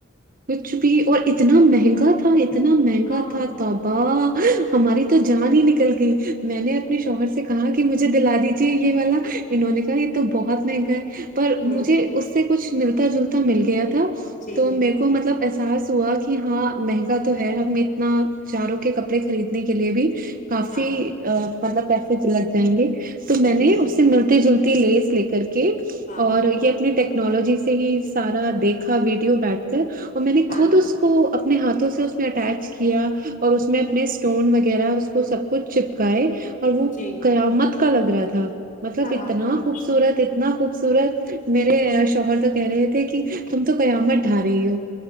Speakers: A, on the right; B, on the left.
A: کچھ بھی اور اتنا مہنگا تھا ا اتنا مہنگا
B: ہاں
A: تھا تابا <unintelligible> ہماری تو جان ہی نکل گئی <unintelligible> میں نے اپنے شوہر سے <unintelligible> کہاں کہ مجھے دلا دیجیے <unintelligible> یہ والا انہوں نے کہا یہ تو بہت مہنگا ہے پر
B: ہ
A: مجھے اس سے <unintelligible> سےچھ ملتا جلتا ملتا <unintelligible> گیا تھا
B: جی
A: تو
B: جی
A: میر کو <unintelligible> مطلب احساس ہوا کہ ہاں مہنگا تو ہے ہم اتنا چاروں کے کپڑے خریدنے کے لیے بھی <unintelligible> کافی
B: ہاں
A: ا مطلب پیسے چ لگ جائیںے <unintelligible> تو میں
B: جی
A: نے
B: جی
A: اس
B: جی
A: سے ملتے جلتے لیس لے کر کے <unintelligible>
B: ہاں
A: اور یہ اپنے ٹیکس <unintelligible> ٹیکنالوجی سے ہی سارا دیکھا ویڈیو بیٹھ کر <unintelligible> کہ <unintelligible> اور میں نے
B: ہاں
A: خود اس کو اپنے ہاتھوں سے اس میں اٹیچ کیا اور اس میں اپنے اسٹون وغیرہ اس کو سب کچھ چپ اور وہ
B: جی
A: مت کا لگ رہا تھا ہ <unintelligible> مطلب
B: ہاں
A: اتنا
B: ہاں
A: خوبصورت اتنا خوب سورت میرے شوہر تو کہہ رہے تھے کہ تم تو قیامت ٹھ رہی ہو <unintelligible>